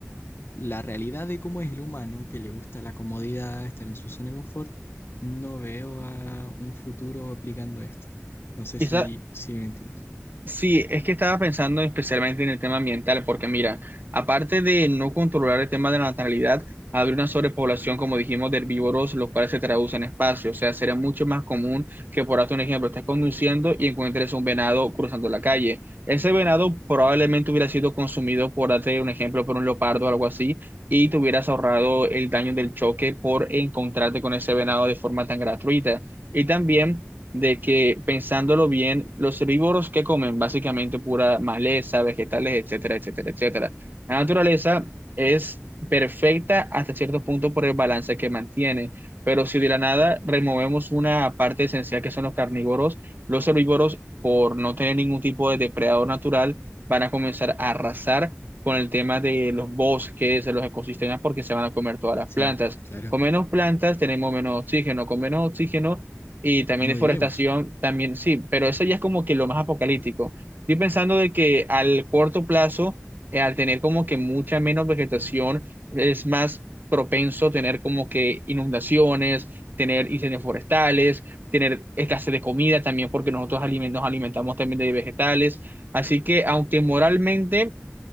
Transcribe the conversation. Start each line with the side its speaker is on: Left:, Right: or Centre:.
Left: la realidad de cómo es el humano, que le gusta la comodidad, estar en su zona de confort. No veo a un futuro aplicando esto. No sé
Right: Esa,
Left: si, si me entiendes.
Right: Sí, es que estaba pensando especialmente en el tema ambiental, porque mira, aparte de no controlar el tema de la natalidad, habría una sobrepoblación, como dijimos, de herbívoros, los cuales se traducen en espacio. O sea, sería mucho más común que, por darte un ejemplo, estés conduciendo y encuentres un venado cruzando la calle. Ese venado probablemente hubiera sido consumido, por darte un ejemplo, por un leopardo o algo así, y te hubieras ahorrado el daño del choque por encontrarte con ese venado de forma tan gratuita. Y también de que pensándolo bien, los herbívoros que comen básicamente pura maleza, vegetales, etcétera, etcétera, etcétera. La naturaleza es perfecta hasta cierto punto por el balance que mantiene, pero si de la nada removemos una parte esencial que son los carnívoros, los herbívoros, por no tener ningún tipo de depredador natural, van a comenzar a arrasar con el tema de los bosques, de los ecosistemas, porque se van a comer todas las
Left: Sí,
Right: plantas.
Left: claro.
Right: Con menos plantas tenemos menos oxígeno, con menos oxígeno y también
Left: No
Right: deforestación,
Left: vivimos.
Right: también sí, pero eso ya es como que lo más apocalíptico. Estoy pensando de que al corto plazo, eh, al tener como que mucha menos vegetación, es más propenso tener como que inundaciones, tener incendios forestales, tener escasez de comida también, porque nosotros aliment- nos alimentamos también de vegetales. Así que aunque moralmente